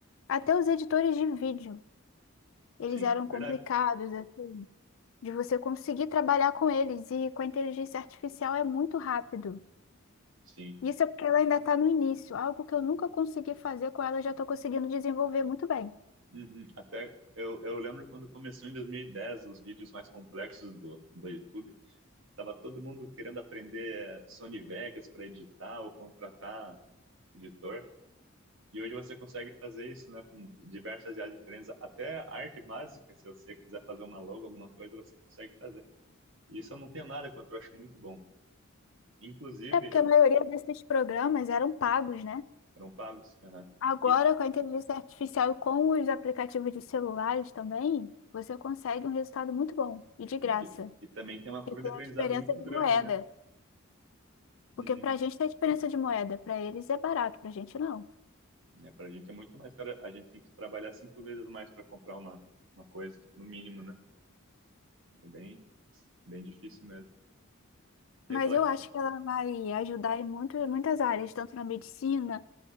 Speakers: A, on the left (about 70°); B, on the right (about 65°).
A: Até os editores de vídeo, eles
B: Sim,
A: eram
B: verdade.
A: complicados, assim, de você conseguir trabalhar com eles, e com a inteligência artificial é muito rápido.
B: Sim.
A: Isso é porque ela ainda está no início, algo que eu nunca consegui fazer com ela, eu já estou conseguindo desenvolver muito bem.
B: Uhum. Até eu, eu lembro quando começou em 2010 os vídeos mais complexos do, do YouTube, tava todo mundo querendo aprender eh, Sony Vegas para editar ou contratar editor. E hoje você consegue fazer isso, né, com diversas áreas diferentes, até arte básica, se você quiser fazer uma logo, alguma coisa, você consegue fazer. E isso eu não tenho nada contra, eu acho muito bom. Inclusive,
A: É porque
B: eu
A: a maioria desses programas eram pagos, né?
B: Eram pagos. aham.
A: Agora,
B: E,
A: com a inteligência artificial e com os aplicativos de celulares também, você consegue um resultado muito bom e de graça.
B: né, e, e também tem uma curva
A: E tem
B: de aprendizado
A: a diferença
B: muito
A: de
B: grande,
A: moeda,
B: né? Uhum.
A: porque para a gente tem a diferença de moeda, para eles é barato, para a gente não.
B: É, para a gente é muito mais cara. A gente tem que trabalhar cinco vezes mais para comprar uma, uma coisa, no mínimo, né? É bem, bem difícil mesmo. Eu
A: Mas
B: ia falar
A: eu
B: que.
A: acho que ela vai ajudar em muito, muitas áreas, tanto na medicina